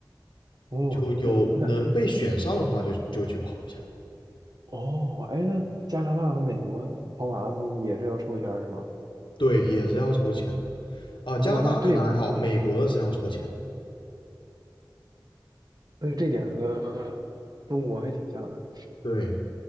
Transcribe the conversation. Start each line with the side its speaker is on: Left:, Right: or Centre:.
Right: 哦，
Left: 就有能被选上的话就，
Right: 那那
Left: 就去跑一下。
Right: 哦，哎，那加拿大和美国跑马拉松也是要抽签儿是吧？
Left: 对，也是要抽签的。啊，
Right: 哦，
Left: 加拿大可能还好，
Right: 那这份
Left: 美国的是要抽签的。
Right: 那这点和中国还挺像的。
Left: 对，